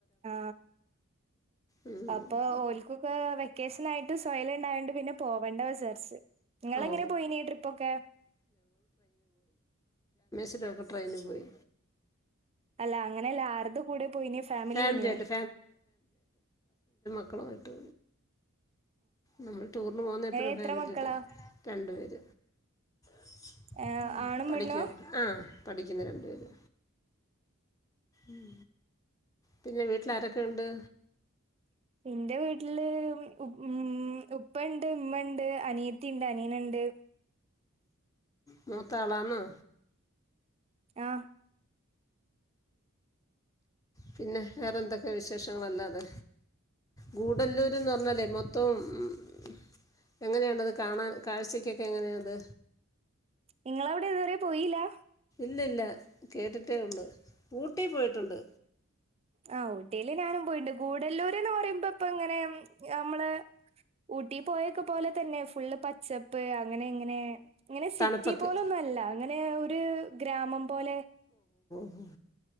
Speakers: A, on the right; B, on the left.
A: ആ
B: ഉം
A: അപ്പൊ ഓൽക്കൊക്കെ വെക്കേഷനായിട്ട് സൊയലെ ണ്ടായോണ്ട് പിന്നെ പോവണ്ട വിചാരിച്ച്. ഇങ്ങളങ്ങനെ
B: ഓ
A: പോയിന്യെ ട്രിപ്പ്‌ഒക്കെ?
B: ഞങ്ങളൊക്കെ ട്രെയിനി പോയി.
A: അല്ല അങ്ങനെല്ല. ആരുടെ കൂടെ പോയീന്യെ ഫാമിലീന്യോ?
B: ഫാമിലിയായിട്ട് ക്കളുമായിട്ട് നമ്മൾ ടൂറിന് പോകുന്നെ എപ്പഴും
A: എത്ര
B: ഫാമിലിആയിട്ടാ
A: മക്കളാ
B: രണ്ടുപേർ <inaudible>
A: ഏഹ് ആണും
B: പഠിക്കും
A: പെണ്ണുവാ
B: ആഹ് പഠിക്കുന്ന രണ്ടു പേര് ഉം പിന്നെ വീട്ടില് ആരൊക്കെ ഉണ്ട്?
A: ഇന്റെ വീട്ടില് മ് മ് മ് ഉപ്പ, ണ്ട് ഉമ്മണ്ട്, അനിയത്തിണ്ട്, അനിയനുണ്ട്
B: മൂത്ത ആളാന്നോ?
A: ആ
B: പിന്നെ വേറെന്തൊക്കെ വിശേഷങ്ങളല്ലാതെ? ഗൂഡല്ലൂ <unintelligible> പറഞ്ഞാലേ മൊത്തം <unintelligible> എങ്ങനെയാണ്ടത് കാണാൻ കാഴ്ചക്കൊക്കെ എങ്ങനെയാത്
A: നിങ്ങളവിടെ ഇതുവരെ പോയില്ലാ
B: ഇല്ല ഇല്ല കേട്ടിട്ടേ ഉള്ളൂ ഊട്ടി പോയിട്ടുണ്ട്
A: ആ ഊട്ടീല് ഞാനും പോയിട്ടുണ്ട് ഗൂഡല്ലൂർ ന്ന് പറയുമ്പോ ഇപ്പ ഇങ്ങനെ നമ്മള് ഊട്ടി പോയൊക്കെ പോലെ തന്നെ ഫുള്ള് പച്ചപ്പ് അങ്ങനെ ഇങ്ങനെ ഇങ്ങനെ സിറ്റി
B: തണുപ്പൊക്കെ
A: പോലൊന്നും അല്ല അങ്ങനെ ഒരു ഗ്രാമം പോലെ
B: മ്